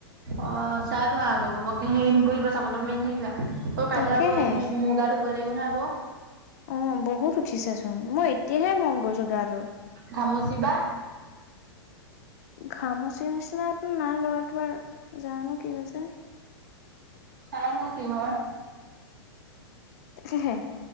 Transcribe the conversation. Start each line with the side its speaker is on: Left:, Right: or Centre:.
Right: অ চাই লোৱা আকৌ ঘপককে হেৰি নকৰিবা চাবোন-তাবোন মাৰি নে থাকিবা। অ কাইলে
Left: তাকেহে
Right: আকৌ মূৰ-চূ মূৰ গা ধুৱই লাগিব নহয় আকৌ।
Left: অ বহুত উঠিছে চোন মই এতিয়াহে মন কৰিছো গাটো।
Right: ঘামুচি বা
Left: ঘামুচিৰ নিচিনাতো নাই লগা কিবা জানো কি হৈছে
Right: চাই লও কি হয়।
Left: হে হে।